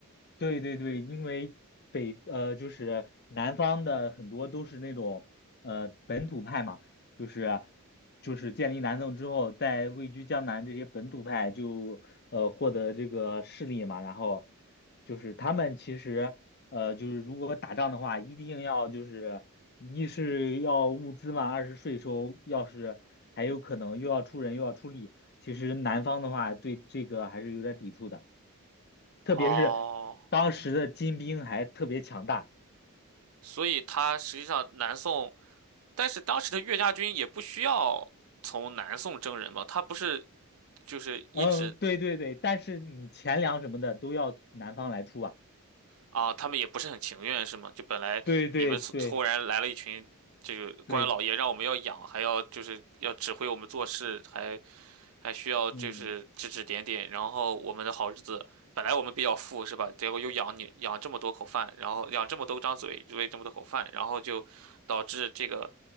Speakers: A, on the left (about 50°); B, on the right (about 70°).
A: 对对对，因为北呃就是南方的很多都是那种呃本土派嘛，就是就是建立南宋之后，在位居江南这些本土派就呃获得这个势力嘛，然后就是他们其实呃就是如果打仗的话，一定要就是一是要物资嘛，二是税收，要是还有可能又要出人又要出力。其实南方的话对这个还是有点抵触的，特别是当时的金兵还特别强大。
B: 哦，所以他实际上南宋，但是当时的岳家军也不需要从南宋征人吧？他不是就是一直
A: 嗯，对对对，但是你钱粮什么的都要南方来出啊。
B: 啊，他们也不是很情愿是吗？就本来你们突突然来了一群这个官老爷，
A: 对对对对，
B: 让我们要养，还要就是要指挥我们做事，还还需要就是指指点点，
A: 嗯。
B: 然后我们的好日子。本来我们比较富是吧？结果又养你养这么多口饭，然后养这么多张嘴，喂这么多口饭，然后就导致这个。